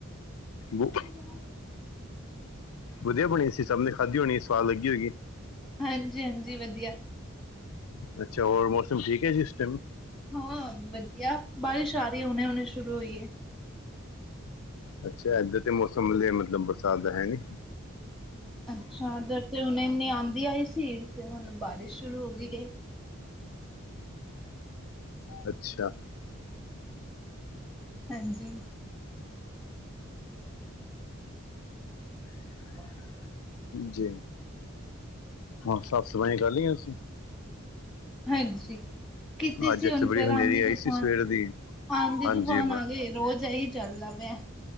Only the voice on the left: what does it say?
ਬੋ
ਵਧੀਆ ਬਣੀ ਸੀ, ਸਭ ਨੇ ਖਾਧੀ ਹੋਣੀ ਸਵਾਦ ਲੱਗੀ ਹੋਗੀ।
ਅੱਛਾ, ਹੋਰ ਮੌਸਮ ਠੀਕ ਹੈ ਇਸ ਟਾਈਮ।
ਅੱਛਾ, ਇਧਰ ਤੇ ਮੌਸਮ ਮਤਲਬ ਬਰਸਾਤ ਦਾ ਹੈ ਨੀ,
ਅੱਛਾ।
ਜੀ ਹੋਰ ਸਾਫ਼-ਸਫਾਈਆਂ ਕਰ ਲਈਆਂ ਸੀਂ।
ਅੱਜ ਇੱਥੇ
ਬੜੀ
ਹਨੇਰੀ
ਆਈ ਸੀ ਸਵੇਰ ਦੀ
ਹਾਂਜੀ
ਬ-